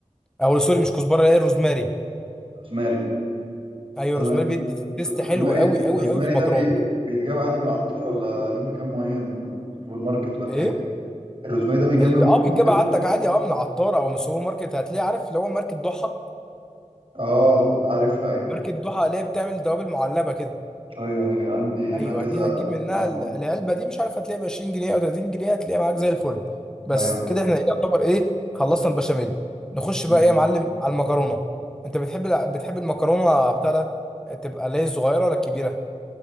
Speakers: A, in the centre; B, on the right.
A: او سوري مش كزبره ايه الروزماري
B: روزماري
A: ايوه
B: تمام
A: الروزماري بيدي تيست حلو
B: روزماري
A: قوي قوي
B: الروزماري
A: قوي في المكرونه
B: ده بي... بيتجاب عادي من العطار ولا ليه مكان معين سوبر ماركت ولا
A: ايه
B: ايه الروزماري ده بيتجاب
A: اللي
B: من
A: اه بتجيبها
B: مكان معين
A: عندك عادي اه من العطار او من السوبر ماركت هتلاقي عارف اللي هو ماركه ضحى
B: اه عارفها ايوه
A: ماركه ضحى اللي هي بتعمل توابل معلبه كده
B: ايوه ايوه عندي
A: ايوه
B: هنا كذا
A: دي هتجيب منها
B: نوع من-
A: ال- العلبه دي مش عارف هتلاقي ب 20 جنيه او 30 جنيه هتلاقيها معاك زي الفل بس
B: ايوه
A: كده احنا إيه يعتبر ايه خلصنا البشاميل نخش بقى
B: مم.
A: ايه يا معلم على المكرونه انت بتحب الع- بتحب المكرونه بتاع ده تبقى اللي هي الصغيره ولا الكبيره